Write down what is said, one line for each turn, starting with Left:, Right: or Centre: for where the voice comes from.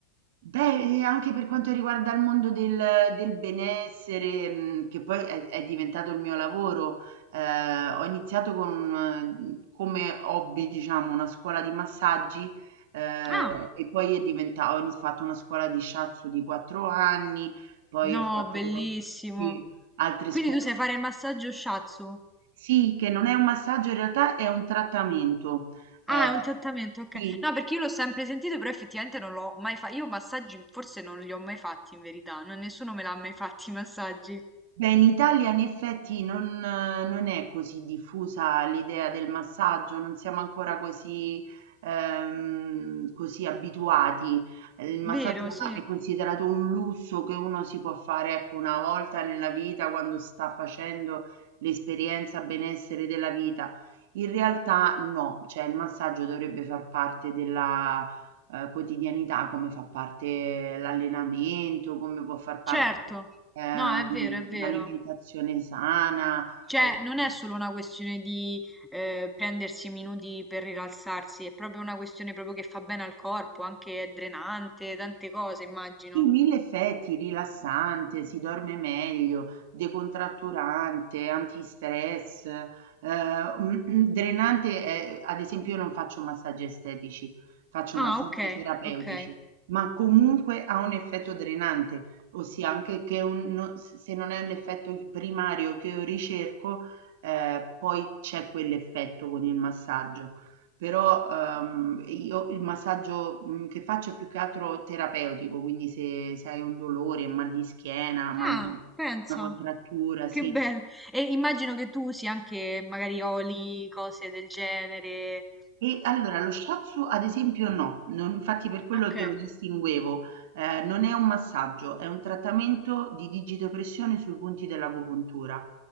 Right: Beh, e anche per quanto riguarda il mondo del del benessere, mhmm, che poi è è diventato il mio lavoro, ehm, ho iniziato con, mhmm, come hobby, diciamo, una scuola di massaggi, ehm,
Centre: Ah,
Right: Okay. e poi è diventa ho ini fatto una scuola di shiatsu di 4 anni, poi
Centre: no,
Right: ho fatto
Centre: bellissimo.
Right: sì, altre
Centre: Quindi
Right: scuole
Centre: tu sai fare il massaggio shiatsu?
Right: sì, che non è un massaggio in realtà è un trattamento.
Centre: Ah,
Right: Ehm
Centre: è un trattamento, ok.
Right: sì.
Centre: No, perché io l'ho sempre sentito, però effettivamente non l'ho mai fatto. Io massaggi forse non li ho mai fatti in verità, non- nessuno me l'ha mai fatti i massaggi.
Right: Beh, in Italia in effetti non non è così diffusa l'idea del massaggio, non siamo ancora così ehm, così abituati. Ehm, il massaggio
Centre: Vero, sì.
Right: è considerato un lusso che uno si può fare, ecco, 1 volta nella vita quando sta facendo l'esperienza benessere della vita. In realtà no, cioè il massaggio dovrebbe far parte della ehm, quotidianità, come fa parte l'allenamento, come può far parte,
Centre: Certo.
Right: ehm,
Centre: No, è vero, è vero.
Right: l'alimentazione sana
Centre: Cioè,
Right: o
Centre: non è solo una questione di eh, prendersi minuti per rilassarsi, è proprio una questione proprio che fa bene al corpo, anche è drenante, tante cose, immagino.
Right: Sì, mille effetti, rilassante, si dorme meglio, decontratturante, antistress, eh, <clears throat> drenante. eh, ad esempio, io non faccio massaggi estetici, faccio
Centre: Ah,
Right: massaggi
Centre: ok,
Right: terapeutici,
Centre: ok.
Right: ma comunque ha un effetto drenante, ossia anche che un- no- se non è l'effetto primario che io ricerco, eh, poi c'è quell'effetto con il massaggio. Però, uhm, io il massaggio, mhmm, che faccio è più che altro terapeutico, quindi se se hai un dolore, mal di schiena, mal
Centre: Ah,
Right: di
Centre: pensa.
Right: una contrattura,
Centre: Che
Right: sì.
Centre: bello. E immagino che tu usi anche magari oli, cose del genere.
Right: E allora lo shiatsu ad esempio no, non infatti per quello
Centre: Ok,
Right: te lo distinguevo. Ehm, non è un massaggio, è un trattamento di digitopressione sui punti dell'agopuntura